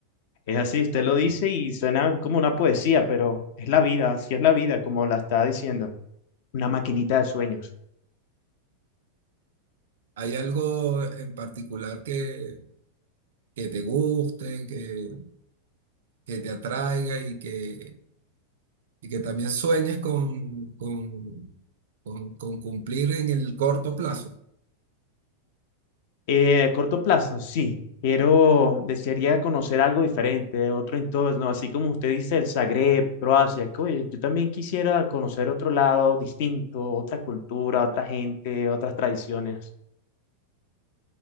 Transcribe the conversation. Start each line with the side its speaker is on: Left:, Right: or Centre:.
Left: Es así, usted lo dice y suena como una poesía, pero es la vida, así es la vida, como la está diciendo. Una maquinita de sueños.
Right: ¿Hay algo en particular que, que te guste, que, que te atraiga y que, y que también sueñes con, con, con, con cumplir en el corto plazo?
Left: Eh, a corto plazo, sí. Quiero, desearía conocer algo diferente, otro entorno, así como usted dice, el Zagreb, Croacia. que, Oye, yo también quisiera conocer otro lado distinto, otra cultura, otra gente, otras tradiciones.